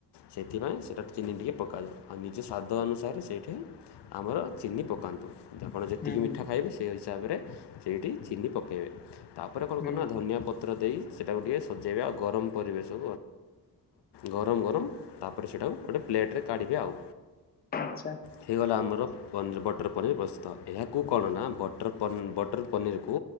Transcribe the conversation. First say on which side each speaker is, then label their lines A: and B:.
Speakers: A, on the left (about 85°); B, on the left (about 25°).
A: ସେଇଥିପାଇଁ ସେଇଟା ଚିନି ଟିକି ପକାଯାଉ ଆଉ ନିଜ ସ୍ୱାଦ ଅନୁସାରେ ସେ ସେଇଠି ଆମର ଚିନି ପକାନ୍ତୁ। ଆପଣ ଯେତିକି
B: ହୁଁ ହୁଁ
A: ମିଠା ଖାଇବେ ସେ ହିସାବରେ ସେଇଠି ଚିନି ପକାଇବେ। ତାପରେ କଣ
B: ହୁଁ
A: କରୁନ
B: ହୁଁ
A: ଧନିଆ ପତ୍ର ଦେଇ ସେଟାକୁ ଟିକେ ସଜେଇବା ଆଉ ଗରମ କରିବେ। ସୁ ଗରମ ଗରମ ତାପରେ ସେଇଟାକୁ ଗୋଟେ ପ୍ଲେଟ୍ କାଢ଼ିବେ ଆଉ।
B: ଆଚ୍ଛା
A: ହେଇଗଲା ଆମର ପନ ବଟର ପନିର ପ୍ରସ୍ତୁତ। ଏହାକୁ କଣ ନା ବଟର ପ ବଟର୍ ପନୀରକୁ